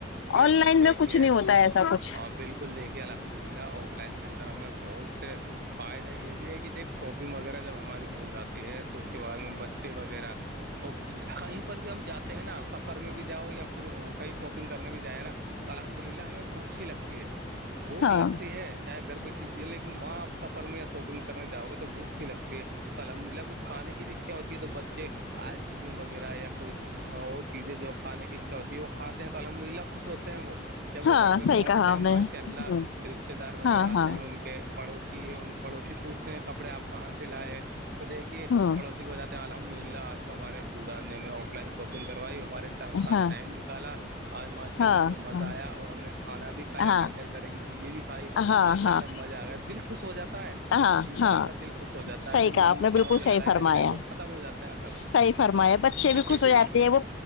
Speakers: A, on the right; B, on the left.
A: بے
B: آن
A: شک
B: لائن
A: دیکھیے
B: میں کچھ نہیں ہوتا ہے ایسا کچھ
A: ہاں بالکل دیکھیے الحمد للہ آف لائن کے اندر ہمیں بہت سے فائدے یہ بھی ہے کہ دیک شاپنگ وغیرہ جب ہماری ہو جاتی ہے تو اس کے بعد میں بچے وغیرہ تو کچھ کہیں پر بھی ہم جاتے ہیں نا سفر میں بھی جاؤ یا پھر کہیں شاپنگ کرنے بھی جائے نا تو الحمد للہ ہمیں بھوک سی لگتی ہے بھوک
B: ہاں
A: لگتی ہے ہے چاہے گھر پہ تت چیزیں لیکن وہاںپ سفر میں یا شاپنگ کرنے جاؤ گے تو بھوک سی لگتی ہے تو الحمد للہ کچھ کھانے کی بھی اچھا ہوتی ہے تو بچے آئس کریم وغیرہ یا کوئی ہاں اور چیزیں جو کانے کی اچھا ہوتی ہے وہ کھات ہیں تو الحمد للہ خوش ہوتے ہیں وہ جب وہ
B: ہاں
A: گھر پہ
B: صحیح
A: پہنچتے
B: کہا
A: ہیں
B: آپ نے
A: وہاں سے اللہ
B: ہ
A: رشتے دار وغیرہ
B: ہاں
A: آتے
B: ہاں
A: ہیں کے پڑوسی ان پڑوسی پوچھتے ہیں کپڑے آپ کہاں سے لائے تو دیکھیے
B: ہ
A: پڑوسی ب جاتے ہیں الحمد للہ آج تو ہمارے بزان نے میں آف لائن شاپنگ کروائی ہمارے ساتھ
B: ہاں
A: ٹائم نکالا آج ماشاء
B: ہاں
A: اللہ میں مزہ
B: ہاں
A: آیا اور ہم نے کھانا بھی کھایا
B: ہاں
A: ک کئی طرح کی چیزیں بھی کھائی
B: ہاں
A: ماشاء
B: ہاں
A: اللہ مزہ آ گیا دل خوش ہو جاتا ہے
B: ہاں
A: انسان
B: ہاں
A: کا دل خوش ہو جاتا
B: صحیح
A: ہے جو من
B: کہا آپ
A: مٹا
B: نے بالکل
A: ہو جو لڑائی
B: صحیح فرمایا
A: جھگڑے ہو وہ ختم ہو جاتے ہیں سب
B: صحیح فرما ہے بچے بھی خوش
A: یہ
B: ہو
A: دیکھیے
B: جاتے ہیں وہ